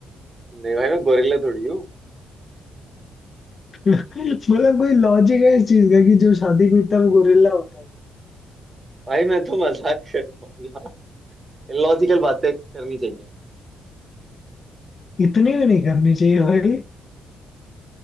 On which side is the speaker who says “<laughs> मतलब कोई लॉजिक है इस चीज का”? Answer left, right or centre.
Left